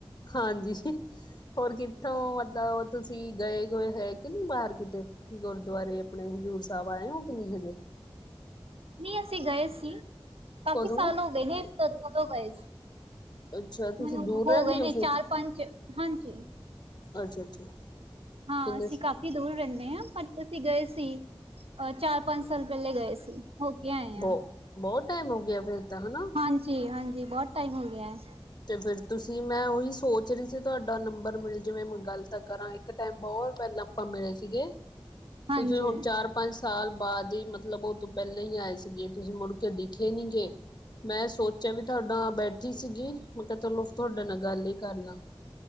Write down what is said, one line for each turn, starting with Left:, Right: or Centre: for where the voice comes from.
Left: ਹਾਂਜੀ <inaudible> ਹੋਰ ਕਿੱਥੋਂ? ਮਤਲਬ ਤੁਸੀਂ ਗਏ ਗਏ ਹੈਗੇ ਨੀ ਬਾਹਰ ਕਿਤੇ? ਗੁਰਦੁਆਰੇ ਆਪਣੇ ਹਜ਼ੂਰ ਸਾਹਿਬ ਆਏ ਹੋ ਕਿੰਨੀ ਹਜੇ?
Right: ਨੀ ਅਸੀਂ ਗਏ ਸੀ। ਕਾਫੀ
Left: ਕਦੋਂ
Right: ਸਾਲ ਹੋ ਗਏ ਨੇ ਕਦੋਂ ਗਏ ਸੀ।
Left: ਅੱਛਾ ਤੁਸੀਂ
Right: ਮੈਨੂੰ
Left: ਦੂਰ
Right: ਹੋ
Left: ਰਹਿੰਦੇ
Right: ਗਏ ਨੇ
Left: ਫਿਰ
Right: ਚਾਰ ਪੰਜ ਹਾਂਜੀ।
Left: ਅੱਛਾ ਅੱਛਾ।
Right: ਹਾਂ
Left: ਕਿੰਨੇ
Right: ਅਸੀਂ ਕਾਫ਼ੀ ਦੂਰ ਰਹਿੰਨੇ ਹਾਂ। ਪਰ ਅਸੀਂ ਗਏ ਸੀ ਅ ਚਾਰ ਪੰਜ ਸਾਲ ਪਹਿਲੇ ਗਏ ਸੀ ਹੋ ਕੇ ਆਏ
Left: ਬਹੁ
Right: ਆ।
Left: ਬਹੁਤ ਟਾਈਮ ਹੋ ਗਿਆ ਫੇਿਰ ਤਾਂ ਹਨਾ?
Right: ਹਾਂਜੀ-ਹਾਂਜੀ, ਬਹੁਤ ਟਾਈਮ ਹੋ ਗਿਆ ਹੈ।
Left: ਤੇ ਫੇਿਰ ਤੁਸੀਂ ਮੈਂ ਉਹੀ ਸੋਚ ਰਹੀ ਸੀ ਤੁਹਾਡਾ ਨੰਬਰ ਮਿਲ ਜਵੇਂ ਮੈਨੂੰ ਗਲ ਕਰਾਂ ਇੱਕ ਟਾਈਮ ਬਹੁਤ ਪਹਿਲਾਂ ਆਪਾਂ ਮਿਲੇ ਸੀਗੇ।
Right: ਹਾਂਜੀ
Left: ਤੁਸੀਂ ਹੁਣ ਚਾਰ ਪੰਜ ਸਾਲ ਬਾਅਦ ਹੀ ਮਤਲਬ ਉਹ ਤੋਂ ਪਹਿਲਾਂ ਹੀ ਆਏ ਸੀਗੇ ਤੁਸੀਂ ਮੁੜ ਕੇ ਦਿਖੇ ਨੀ ਗੇ ਮੈ ਸੋਚਿਆ ਵੀ ਤੁਹਾਡਾ ਬੈਠੀ ਸੀਗੀ। ਮੈ ਕਿਹਾ ਚਲ ਤੁਹਾਡੇ ਨਾਲ ਗੱਲ ਹੀ ਕਰ ਲਾਂ।